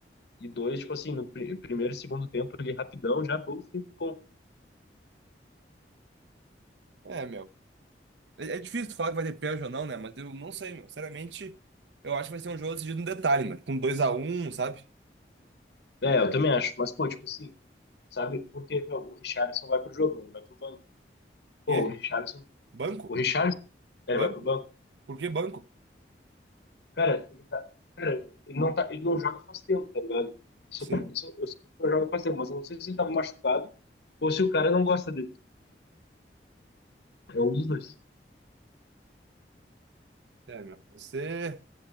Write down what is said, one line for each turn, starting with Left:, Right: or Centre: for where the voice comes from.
Left: E dois, tipo assim, no pri- primeiro e segundo tempo ali, rapidão, já bom, pô.
Right: É, meu. É, é difícil tu falar que vai ter pênalti ou não, né? Mas eu não sei, meu. Sinceramente, eu acho que vai ser um jogo decidido no detalhe, né? Com dois a um sabe?
Left: É, eu também acho. Mas, pô, tipo assim, sabe? Porque, meu, o Richarlison vai pro jogo, ele vai pro banco.
Right: Quê?
Left: Pô, o Richarlison,
Right: Banco?
Left: o Richarlison,
Right: Banco?
Left: é, ele vai pro banco.
Right: Por que banco?
Left: Cara, ele tá, cara, ele não tá, ele não joga faz tempo, tá ligado? Isso,
Right: Sim.
Left: eu tenho- isso eu eu sei que não joga faz tempo, mas eu não sei se ele tava machucado ou se o cara não gosta dele. É um dos dois.
Right: É, meu. Você.